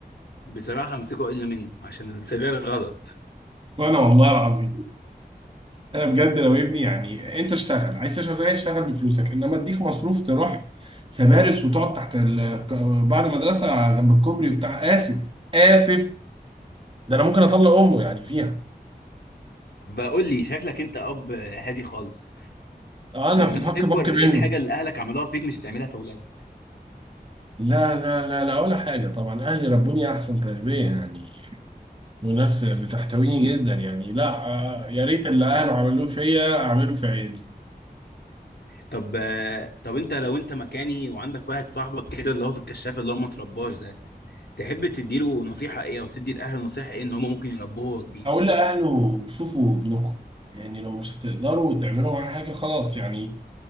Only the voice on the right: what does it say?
وانا والله العظيم انا بجد لو ابني يعني انت اشتغل عايز تشتغل زي اشتغل بفلوسك انما اديك مصروف تروح سبارس وتقعد تحت ال... بعد مدرسه جنب الكوبري وبتاع اسف اسف ده انا ممكن اطلق امه يعني فيها
انا
في الحق
بك منه
لا لا لا لا ولا حاجه طبعا اهلي ربوني احسن تربيه يعني وناس بتحتويني جدا يعني لا آه، يا ريت اللي اهله عملوه فيا اعمله في عيالي
اقول لاهله شوفوا ابنكم يعني لو مش هتقدروا تعملوا معاه حاجه خلاص يعني